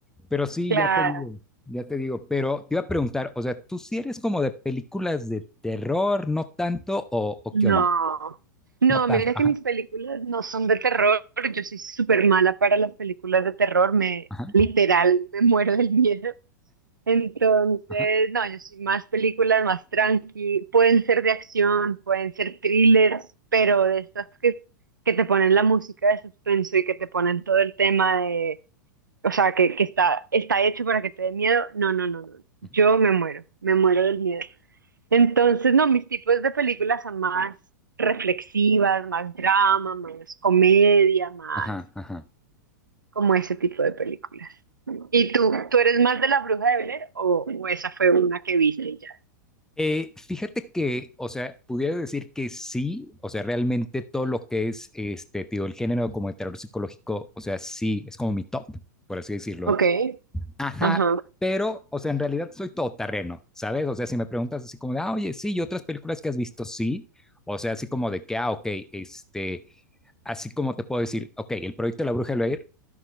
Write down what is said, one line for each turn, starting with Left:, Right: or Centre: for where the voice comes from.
Centre: Pero sí,
Right: Claro.
Centre: ya te digo, ya te digo, pero te iba a preguntar, o sea, ¿tú si sí eres como de películas de terror, no tanto, o, o
Right: No.
Centre: qué onda?
Right: No,
Centre: No tanto.
Right: mira
Centre: Ajá,
Right: que mis películas no son de terror. Yo soy súper mala para las películas de terror. Me,
Centre: ajá,
Right: literal, me muero del miedo. Entonces,
Centre: ajá,
Right: no, yo soy más películas, más tranqui, pueden ser de acción, pueden ser thrillers, pero de estas que, que te ponen la música de suspenso y que te ponen todo el tema de, o sea, que, que está, está hecho para que te dé miedo, no, no, no, no,
Centre: ujú,
Right: yo me muero, me muero del miedo. Entonces, no, mis tipos de películas son más reflexivas, más drama, más comedia, más
Centre: ajá, ajá.
Right: como ese tipo de películas. ¿Y tú, tú eres más de La Bruja de Blair o, o esa fue una que viste y ya?
Centre: Eh, fíjate que, o sea, pudiera decir que sí, o sea, realmente todo lo que es, este, tío, el género como de terror psicológico, o sea, sí, es como mi top, por así decirlo.
Right: Ok,
Centre: Ajá,
Right: ajá.
Centre: pero, o sea, en realidad soy todoterreno, ¿sabes? O sea, si me preguntas así como de, ah, oye, sí, y otras películas que has visto, sí, o sea, así como de que, ah, ok, este, así como te puedo decir, ok, el proyecto de la Bruja de Blair,